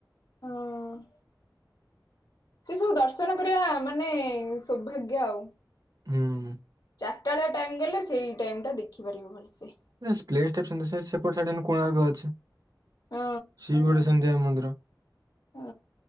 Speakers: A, on the left; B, on the right.
A: ଅହ ସେ ସବୁ ଦର୍ଶନ କରିବା। ମାନେ ସୋଭାଗ୍ୟ ଆଉ।
B: ହୁଁ ହୁଁ।
A: ଚାରଟା ଯା ଟାଇମ ଦେଲେ ସେଇ ଟାଇମ ଟା ଦେଖିପାରିବ ଭଲସେ।
B: ଏ ପ୍ଲେସଟେ ସେମିତି ସେ ସେପଟ ସାଇଡରେ ଏଇନୁ କୋଣାର୍କ ଅଛି।
A: ଅଁ।
B: ସିଏବି ଗୋଟେ ସେମତିଆ ମନ୍ଦିର।
A: ଅଅ।